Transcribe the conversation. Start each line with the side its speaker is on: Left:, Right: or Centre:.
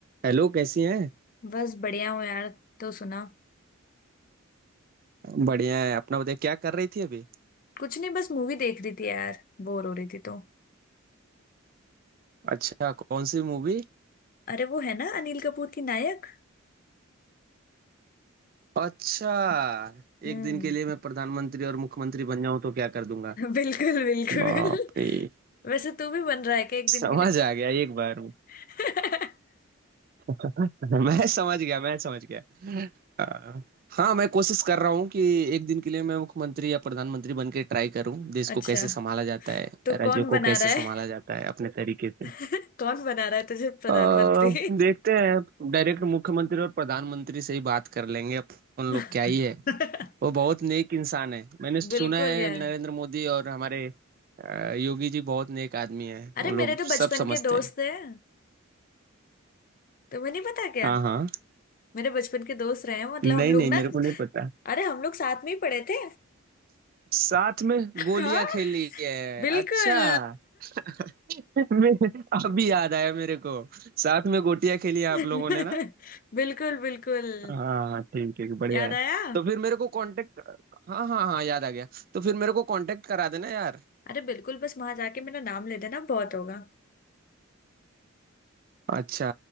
Right: Hello कैसी हैं
Left: बस बढ़िया हूँ यार तो सुना
Right: बढ़िया है अपना बताइए क्या कर रही थी अभी
Left: कुछ नहीं बस मूवी देख रही थी यार बोर हो रही थी तो
Right: अच्छा कौन सी मूवी
Left: अरे वो है ना अनिल कपूर की नायक
Right: अच्छा
Left: हम्म
Right: एक दिन के लिए मैं प्रधानमंत्री और मुख्यमंत्री बन जाऊं तो क्या कर दूंगा
Left: <laughs> बिल्कुल बिल्कुल
Right: बाप रे
Left: वैसे तू भी बन रहा है क्या एक दिन
Right: समझ
Left: के लिए
Right: आ गया एक बार में
Left: <laughs>
Right: <laughs> मैं समझ गया मैं समझ गया हाँ हाँ, मैं कोशिश कर रहा हूँ कि एक दिन के लिए मैं मुख्यमंत्री या प्रधानमंत्री बन के ट्राई करूँ देश
Left: अच्छा
Right: को कैसे संभाला जाता है
Left: तो
Right: राज्यों
Left: कौन बना
Right: को कैसे
Left: रहा है
Right: संभाला जाता है अपने तरीके से
Left: <laughs> कौन बना रहा है तुझे प्रधानमंत्री
Right: अ, देखते हैं डायरेक्ट मुख्यमंत्री और प्रधानमंत्री से ही बात कर लेंगे अपन
Left: <laughs>
Right: लोग क्या ही है वो बहुत नेक इंसान है मैंने सुना
Left: बिल्कुल
Right: है
Left: यार
Right: नरेंद्र मोदी और हमारे अ, योगी जी बहुत नेक आदमी है
Left: अरे
Right: वो
Left: मेरे
Right: लोग
Left: तो बचपन
Right: सब समझते
Left: के दोस्त
Right: हैं
Left: हैं तुम्हें नहीं पता क्या
Right: हाँ हाँ
Left: मेरे बचपन के दोस्त रहे हैं मतलब
Right: नहीं
Left: हम लोग
Right: नहीं मेरे
Left: ना
Right: को नहीं पता
Left: अरे हम लोग साथ में ही पढ़े थे
Right: साथ में
Left: हाँ
Right: गोलियां खेली है
Left: बिल्कुल
Right: अच्छा <laughs> मैं- अभी याद आया मेरे को साथ में गोटियां खेली है
Left: <laughs>
Right: आप लोगों ने ना
Left: बिल्कुल बिल्कुल
Right: हाँ हाँ, ठीक ठीक बढ़िया
Left: याद
Right: है
Left: आया
Right: तो फिर मेरे को कांटेक्ट हाँ हाँ हाँ याद आ गया तो फिर मेरे को कांटेक्ट करा देना यार
Left: अरे बिल्कुल बस वहां जाके मेरा नाम ले देना बहुत होगा
Right: अच्छा